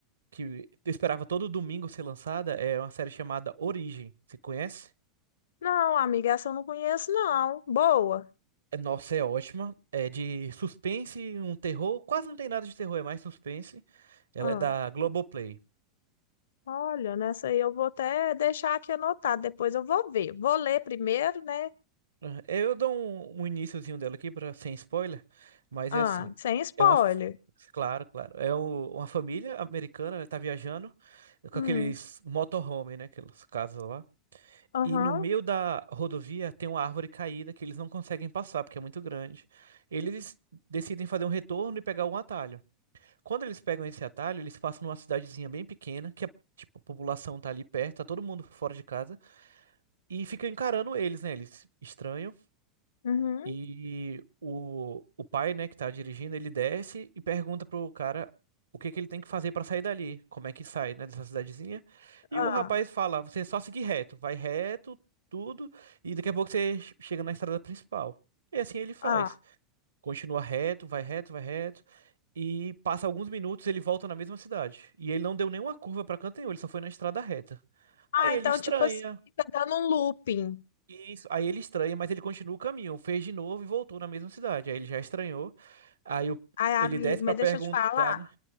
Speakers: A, on the right; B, on the left.
A: que eu esperava todo domingo ser lançada, é uma série chamada Origem. Você conhece?
B: Não, amiga, essa eu não conheço, não. Boa.
A: É, Nossa, é ótima. É de suspense, um terror. Quase não tem nada de terror, é mais suspense. Ela
B: Ah,
A: é da Globoplay.
B: olha, nessa aí eu vou até deixar aqui anotado, depois eu vou ver. Vou ler primeiro, né?
A: Aham. É, Eu dou um, um iniciozinho dela aqui para sem spoiler, mas
B: Ah,
A: é assim,
B: sem spoiler.
A: é uma f- claro, claro, é o- uma família americana, ela tá viajando
B: Hum,
A: com aqueles motorhome, né, aquelas casas lá.
B: aham,
A: E no meio da rodovia tem uma árvore caída que eles não conseguem passar porque é muito grande. Eles decidem fazer um retorno e pegar um atalho. Quando eles pegam esse atalho, eles passam numa cidadezinha bem pequena, que a, tipo, a população tá ali perto, tá todo mundo fora de casa e fica encarando eles, né? Eles estranham
B: uhum,
A: e o, o pai, né, que tá dirigindo, ele desce e pergunta pro cara o que que ele tem que fazer pra sair dali, como é que sai, né, dessa cidadezinha. E
B: ah,
A: o rapaz fala, você é só seguir reto, vai reto, tudo, e daqui a pouco você chega na estrada principal. E assim ele faz.
B: ah.
A: Continua reto, vai reto, vai reto, e passa alguns minutos, ele volta na mesma cidade. E ele não deu nenhuma curva pra canto nenhum, ele só foi na estrada reta.
B: Ah,
A: Aí ele
B: então,
A: estranha,
B: tipo assim, fica dando um looping.
A: isso. Aí ele estranha, mas ele continua o caminho. Fez de novo e voltou na mesma cidade. Aí ele já estranhou. Aí o-
B: Ai, amigo,
A: ele desce pra
B: mas
A: perguntar,
B: deixa eu te falar.
A: né?